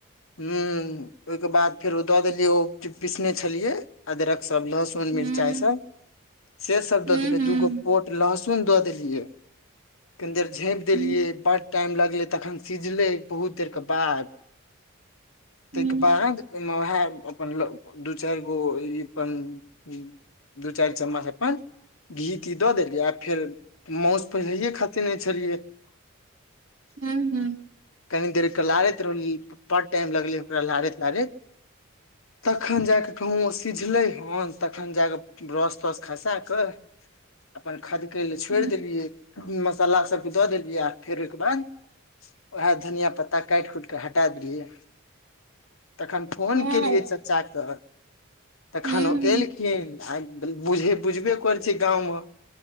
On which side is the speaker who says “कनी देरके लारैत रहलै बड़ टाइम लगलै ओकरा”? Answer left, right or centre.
Left